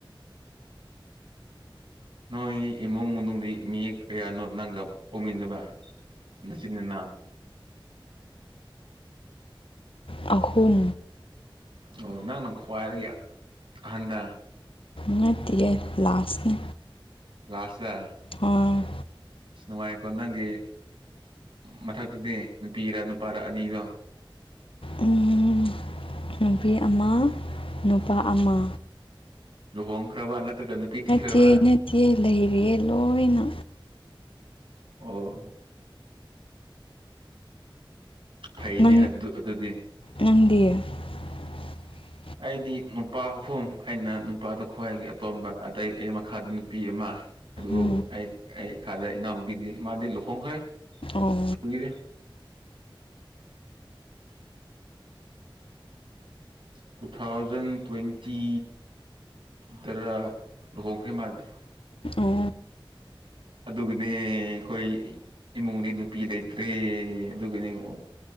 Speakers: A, on the right (about 70°); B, on the left (about 80°).
A: ꯅꯣꯏ ꯏꯃꯨꯡ ꯃꯅꯨꯡꯗꯤ ꯃꯤ ꯀꯌꯥꯅꯣ ꯅꯪꯒ ꯄꯣꯛꯃꯤꯟꯅꯕ ꯅꯆꯤꯟ ꯅꯅꯥꯎ
B: ꯑꯍꯨꯝ
A: ꯑꯣ ꯅꯪꯅ ꯈ꯭ꯋꯥꯏꯗꯒꯤ ꯑꯍꯟꯂ
B: ꯉꯠꯇꯤꯌꯦ ꯂꯥꯁꯅꯤ
A: ꯂꯥꯁꯅꯦ
B: ꯍꯣꯏ
A: ꯑꯁ ꯅꯨꯡꯉꯥꯏꯀꯣ ꯅꯪꯒꯤ ꯃꯊꯛꯇꯗꯤ ꯅꯨꯄꯤꯔ ꯅꯨꯄꯥꯔ ꯑꯅꯤꯗꯣ
B: ꯎꯝ ꯅꯨꯄꯤ ꯑꯃ ꯅꯨꯄꯥ ꯑꯃ
A: ꯂꯣꯍꯣꯡꯈ꯭ꯔꯕꯥ ꯅꯇ꯭ꯔꯒ ꯅꯨꯄꯤ ꯊꯤꯈ꯭ꯔꯕ
B: ꯅꯠꯇꯦ ꯅꯠꯇꯦ ꯂꯩꯔꯤ ꯂꯣꯏꯅ
A: ꯑꯣ ꯐꯩꯅꯦ
B: ꯅꯪ
A: ꯑꯗꯨ ꯑꯗꯨꯗꯤ
B: ꯅꯪꯗꯤ <unintelligible>
A: ꯑꯩꯗꯤ ꯅꯨꯄꯥ ꯑꯍꯨꯝ ꯑꯩꯅ ꯅꯨꯄꯥꯗ ꯈ꯭ꯋꯥꯏꯒꯤ ꯑꯇꯣꯝꯕ ꯑꯗꯩ ꯑꯩ ꯃꯈꯥꯗ ꯅꯨꯄꯤ ꯑꯃ ꯑꯗꯨ
B: ꯎꯝ
A: ꯑꯩ ꯑꯩ ꯈꯥꯗ ꯏꯅꯥꯎꯨꯄꯤꯗꯤ ꯃꯥꯗꯤ ꯂꯨꯍꯣꯡꯈ꯭ꯔꯦ
B: ꯑꯣ
A: ꯀꯨꯏꯔꯦ ꯇꯨ ꯊꯥꯎꯖꯟ ꯇ꯭ꯋꯦꯟꯇꯤ ꯗꯔꯥ ꯂꯨꯍꯣꯡꯈ꯭ꯔꯦ ꯃꯥꯗꯤ
B: ꯑꯣ
A: ꯑꯗꯨꯒꯅꯦ ꯑꯩꯈꯣꯏ ꯏꯃꯨꯡꯗꯤ ꯅꯨꯄꯤ ꯂꯩꯇ꯭ꯔꯦ ꯑꯗꯨꯒꯅꯤ ꯑꯣ